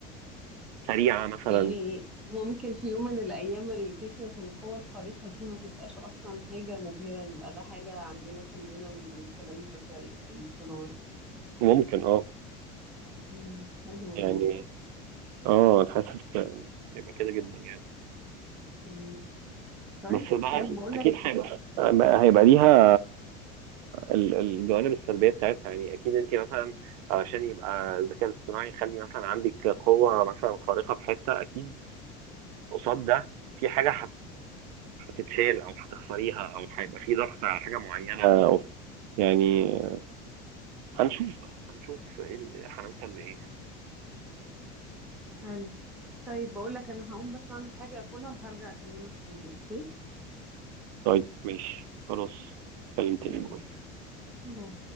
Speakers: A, on the right; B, in the centre.
A: سريعة مثلا
B: يعني ممكن في يوم من الأيام فكرة القوة الخارقة دي ما تبقاش أصلا حاجة مبهرة يبقى ده حاجة عندنا كلنا من خلال الذكاء الصناعي
A: ممكن اه
B: مم، حلو
A: يعني
B: الموضوع ده
A: اه انا حاسس إن يبقى كده جدا يعني
B: مم. طيب
A: بس مع
B: حلو بقول
A: اكيد
B: لك
A: هيبقى هيبقى ليها ال- الجوانب السلبيه بتاعتها يعني اكيد انت مثلا علشان يبقى الذكاء الاصطناعي يخلي مثلا عندك قوه مثلا خارقه في حته اكيد قصاد ده في حاجه هت- هتتشال او هتخسريها او هيبقى في ضغط على حاجه معينه آه، يعني هنشوف بقى هنشوف إيه ال- هنوصل لايه
B: حلو طيب بقول لك انا هقوم بس اعمل حاجة اكلها وهرجع اكلمك تاني اوكي
A: طيب ماشي خلاص اتكلم تاني
B: مم.
A: باي.
B: باي.